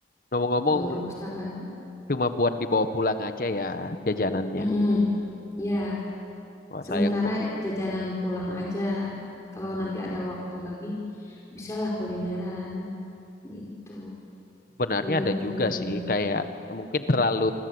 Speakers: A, on the left; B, on the left.
A: Ngomong-ngomong
B: Kalau Robusta kan,
A: cuma buat dibawa pulang aja ya jajanannya.
B: mm ya
A: Wah
B: Sementara
A: sayang Bo.
B: jajanan pulang aja. Kalau nanti ada waktu lagi, bisalah kulineran gitu.
A: sebenarnya
B: Keliling-keliling.
A: ada juga sih kayak mungkin terlalu